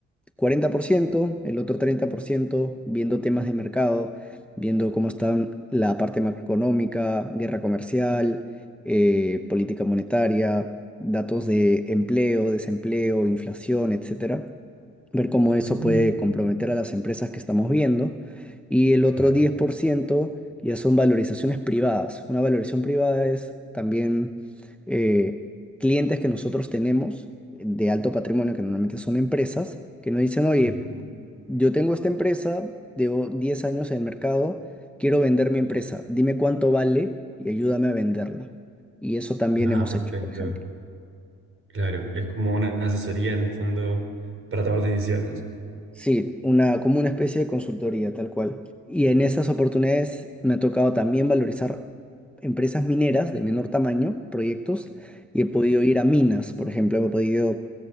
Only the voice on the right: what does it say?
Ujú,
Claro.
Ujú.
Ah,
perfecto.
Claro. Es como una asesoría en el fondo para tomar decisiones.